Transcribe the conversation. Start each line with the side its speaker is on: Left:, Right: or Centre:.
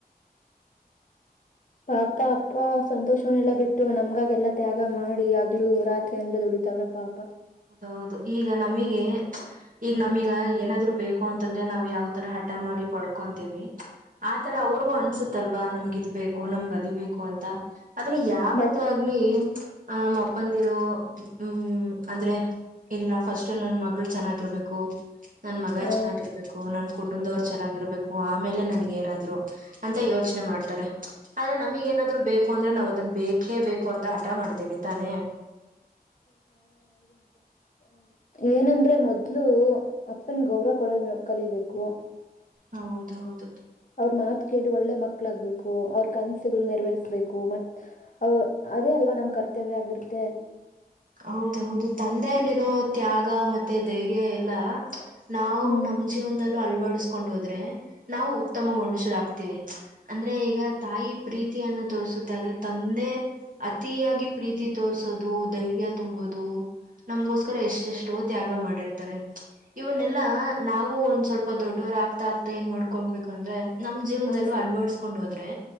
Left: ಪಾಪ ಅಪ್ಪ ಸಂತೋಷವನ್ನೆಲ್ಲ ಬಿಟ್ಟು ನಮಗಾಗಿ ಎಲ್ಲ ತ್ಯಾಗ ಮಾಡಿ ಹಗಲು ರಾತ್ರಿ ಅಂದೇ ದುಡಿತವರೇ ಪಾಪ
Right: ಹೌದು ಈಗ ನಮಿಗೆ ಚ್ ಈಗ ನಮಿಗೆ ಏನಾದ್ರೂ ಬೇಕೂ ಅಂತಂದ್ರ ಯಾವ ಥರ ಹಠ ಮಾಡಿ ಪದಕೋಂತಿವಿ ಆ ಥರ ಅವರಿಗೂ ಅನ್ಸುತ್ತಲ್ವ ಪ ನಮ್ಗೆ ಇದು ಬೇಕು ನಂಗ್ ಅದು ಬೇಕು ಅಂತ ಆದ್ರೆ ಯಾವತ್ತೇ
Left: ಬಟ್
Right: ಆಗ್ಲಿ ಆ ನಾಮಪ್ಪಂಡಿರು ಹುಂ ಅಂದ್ರೆ ಇಲ್ಲ ಫಸ್ಟು ನನ್ ಮಗಳು ಚೆನ್ನಾಗಿರಬೇಕು ನನ್ ಮಗ
Left: ಆ
Right: ಚೆನ್ನಾಗಿರಬೇಕು ನನ್ ಕುಟ್ ಮನೆಗೆ ಬಂದವರ ಚನಾಗಿರಬೇಕು ಆ ಮೆಲೆ ನನಗ ಎನದರುಅಂತ ಯೋಚನೆ ಮಾಡತಾರೆ ಆದ್ರೆ ನಮಗ ಎನ ಆದ್ರು ಬೆಕೆ ಬೇಕು ಅಂತ ಹಟ ಮಾಡತಿವಿ ತಾನೆ
Left: ಏನಂದ್ರೆ ಮೊದಲು ಅಪ್ಪ ಗ ಗೌರವ ಕೊಡಲು ಕಲಿಬೇಕು
Right: ಹೌದ ಹೌದು
Left: ಅವರು ಮಾತ ಕೇಳಿ ಒಳ್ಳೆ ಮಕ್ಕಳಾಗಬೇಕು ಅವರ ಕನಸುಗಳನ ನೆರವೇರಿಸಬೇಕು ಮತ್ ಅವರ ಅವೇ ಅಲ್ವಾ ಕರ್ತವ್ಯವಾಗಿರುತ್ತದೆ
Right: ಹೌದು ಹೌದು ತಂದೆಯಲ್ಲಿರೋ ತ್ಯಾಗ ಮತ್ತೆ ಧೈರ್ಯ ಎಲ್ಲಾ ನಾವು
Left: ಹ್ಮ್
Right: ನಮ್ ಜೀವನ್ದಳ ಬಡ್ಸ್ಕೊಂಡ್ ಹೋದರೆ ನಾವು ಉತ್ತಮ ಮನುಷ್ಯರಾಗ್ತೀವಿ ಅಂದ್ರೆ ಈಗ ತಾಯಿ ಪ್ರೀತಿಯನ್ನು ತೋರಿಸುತ್ತೆ ತಂದೆ ಅತಿಯಾಗಿ ಪ್ರೀತಿ ತೋರಿಸುವುದು ಧೈರ್ಯ ತುಂಬೋದು ನಮಗೋಸ್ಕರ ಇಷ್ಟಿಷ್ಟೊತ್ತಿ ಆಗ ಮಾಡಿರುತ್ತಾರೆ ಇವನ್ನೆಲ್ಲಾ ನಾವು ಸ್ವಲ್ಪ ದೊಡ್ಡವರ ಅಗ್ತ ಆಗ್ತಾ ಏನ್ ಗೊಂಬೆ ಕಂದೇ ನನ್ ಜೀವನದಲ್ಲಿ
Left: ಪಾಲಿಸ್ಬೇಕು
Right: ಅಳವಡಿಸಿಕೊಂಡು ಹೋದರೆ